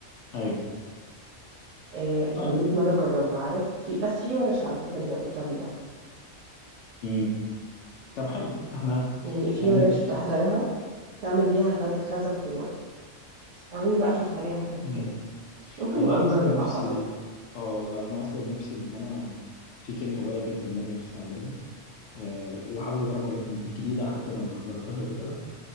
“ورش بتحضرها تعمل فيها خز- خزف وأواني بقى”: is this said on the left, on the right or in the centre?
Right